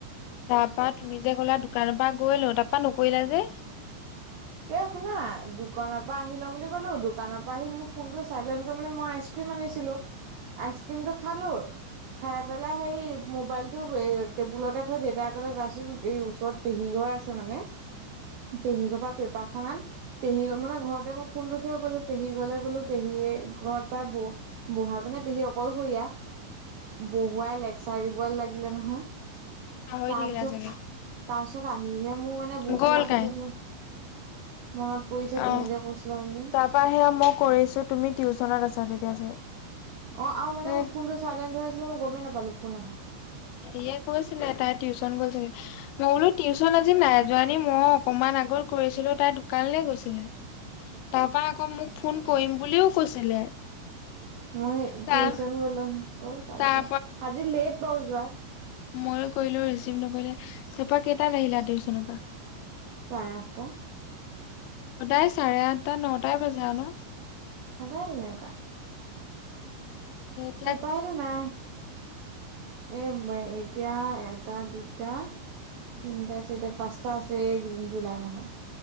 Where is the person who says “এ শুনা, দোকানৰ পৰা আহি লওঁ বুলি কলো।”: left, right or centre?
Right